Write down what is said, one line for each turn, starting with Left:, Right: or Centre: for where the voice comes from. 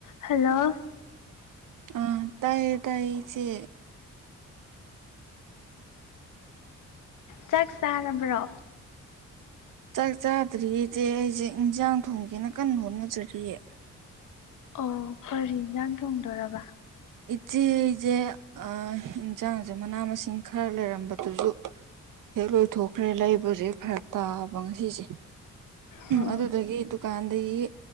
Left: Hello
Right: ꯑ ꯇꯥꯢꯌꯦ ꯇꯥꯏꯌꯦ ꯏꯆꯦ
Left: ꯆꯥꯛ ꯆꯥꯔꯕ꯭ꯔꯣ
Right: ꯆꯥꯛ ꯆꯥꯗ꯭ꯔꯤꯌꯦꯆꯦ ꯑꯩꯁꯦ ꯏꯟꯁꯥꯡ ꯊꯣꯡꯒꯦꯅ ꯀꯟꯅ ꯍꯣꯠꯅꯖꯔꯤꯑꯦ
Left: ꯑꯣ ꯐꯔꯤꯖꯥꯡ ꯊꯣꯡꯗꯣꯔꯔꯕ
Right: ꯏꯆꯦꯁꯦ ꯏꯟꯁꯥꯡꯁꯦ ꯃꯅꯥ ꯃꯁꯤꯡ ꯈꯔ ꯂꯩꯔꯝꯕꯗꯨꯁꯨ ꯍꯦꯛ ꯂꯣꯏꯊꯣꯛꯈ꯭ꯔꯦ ꯂꯩꯕꯁꯦꯛ ꯐꯔ ꯇꯥꯕ ꯉꯁꯤꯁꯦ
Left: ꯑꯣ
Right: ꯑꯗꯨꯗꯒꯤ ꯑꯗꯨꯀꯥꯟꯗꯒꯤ